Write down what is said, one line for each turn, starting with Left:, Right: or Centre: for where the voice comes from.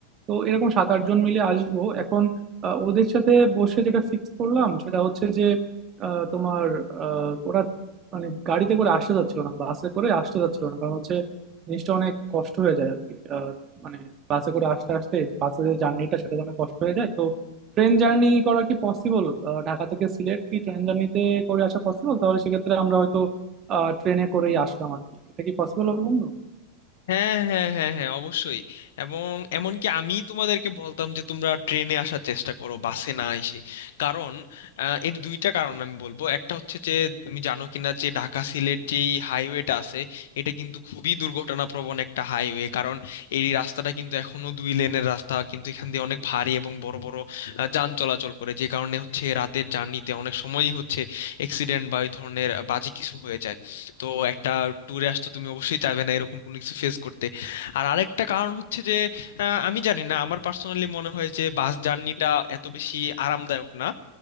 Right: তো এরকম সাত আট জন মিলে আসবো এখন আহ, ওদের সাথে বসে যেটা ফিক্স করলাম সেটা হচ্ছে যে আহ, তোমার আহ, ওরা মানে গাড়িতে করে আসতে যাচ্ছিল না বাসে করে আসতে যাচ্ছিল না কারণ হচ্ছে জিনিসটা অনেক কষ্ট হয়ে যায় আর কি আহ, মানে বাসে করে আসতে আসতে বাসে যে জার্নিটা সেটা তো অনেক কষ্ট হয়ে যায় তো ট্রেন জার্নি করা কি পসিবল ঢাকা থেকে সিলেট কি ট্রেন জার্নিতে করে আসা পসিবল তাহলে সেক্ষেত্রে আমরা হয়তো ট্রেনে করেই আসলাম আর কি এটা কি পসিবল হবে বন্ধু
Left: হ্যাঁ হ্যাঁ হ্যাঁ হ্যাঁ অবশ্যই এবং এমনকি আমি তোমাদেরকে বলতাম যে তোমরা ট্রেনে আসার চেষ্টা করো বাসে না এসে কারণ আহ, এর দুইটা কারণ আমি বলবো একটা হচ্ছে যে তুমি জানো কিনা যে ঢাকা সিলেট যেই হাইওয়েটা আছে এটা কিন্তু খুবই দুর্ঘটনাপ্রবণ একটা হাইওয়ে কারণ এই রাস্তাটা কিন্তু এখনো দুই লেনের রাস্তা কিন্তু এখান দিয়ে অনেক ভারী এবং বড় বড় আহ, যান চলাচল করে যে কারণে হচ্ছে রাতের জার্নিতে অনেক সময়ই হচ্ছে অ্যাক্সিডেন্ট বা এই ধরনের বাজে কিছু হয়ে যায় তো একটা ট্যুরে আসতে তুমি অবশ্যই চাইবে না এরকম কোনো কিছু ফেস করতে আর আরেকটা কারণ হচ্ছে যে আহ, আমি জানি না আমার পার্সোনালি মনে হয় যে বাস জার্নিটা এত বেশি আরামদায়ক না